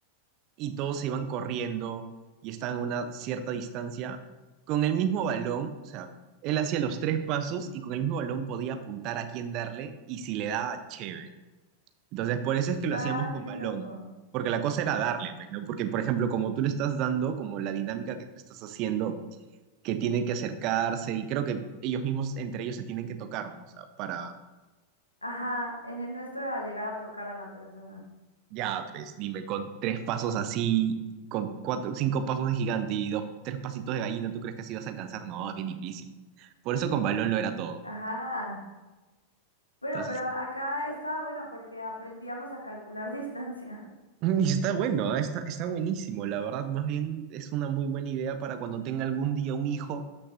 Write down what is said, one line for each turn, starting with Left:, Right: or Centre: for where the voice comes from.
Right: y todos se iban corriendo y estaban a una cierta distancia, con el mismo balón, o sea, él hacía los tres pasos y con el mismo balón podía apuntar a quién darle y si le daba, chévere. Entonces, por eso es que lo
Left: Ah,
Right: hacíamos con
Left: qué
Right: balón,
Left: loco.
Right: porque la cosa era darle, pues, ¿no? Porque, por ejemplo, como tú le estás dando, como la dinámica que tú estás haciendo, que tiene que acercarse, y creo que ellos mismos, entre ellos, se tienen que tocar, ¿no? O sea, para,
Left: Ajá, en el nuestro era llegar a tocar a la persona.
Right: ya, pues, dime, con tres pasos así, con cuatro, cinco pasos de gigante y dos, tres pasitos de gallina, ¿tú crees que así vas a alcanzar? No, es bien difícil. Por eso con balón lo era todo.
Left: Ajá. Bueno,
Right: Entonces,
Left: pero acá estaba bueno porque aprendíamos a calcular <laughs> distancia.
Right: <laughs> y está bueno, ¿eh? está, está buenísimo, la verdad, más bien es una muy buena idea para cuando tenga algún día un hijo